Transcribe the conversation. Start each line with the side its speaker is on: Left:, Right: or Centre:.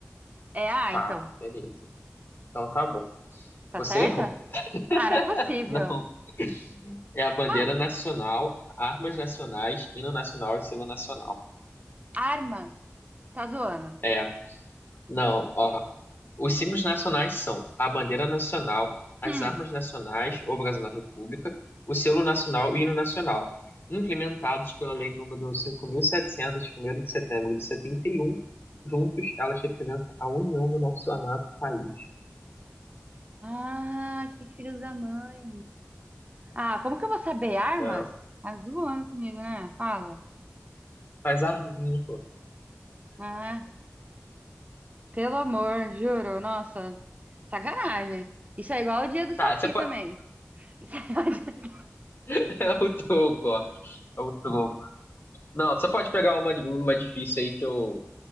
Right: É a A,
Left: Tá,
Right: então.
Left: beleza. Então tá bom.
Right: Tá
Left: Você
Right: certa?
Left: errou.
Right: Ah, não é possível.
Left: <laughs> Não. É a bandeira
Right: Ah,
Left: nacional, armas nacionais, hino nacional e selo nacional.
Right: armas. Tá zoando.
Left: É. Não, ó. Os símbolos nacionais são a bandeira nacional, as
Right: Hum.
Left: armas nacionais, ou brasão da República, o selo nacional e o hino nacional, implementados pela Lei número 5.700, de 1º de setembro de setenta e um Juntos, elas representam a união do nosso amado país.
Right: Ah, que filhos da mãe. Ah, como que eu vou saber armas?
Left: É.
Right: Tá zoando comigo, né? Fala.
Left: Faz a rima, pô.
Right: Ah, pelo amor, juro. Nossa, sacanagem. Isso é igual o dia do Saci
Left: Tá, você pode...
Right: também. Isso é igual o dia-
Left: <laughs> É o troco, ó. É o troco. Não, você pode pegar uma, uma difícil aí que eu,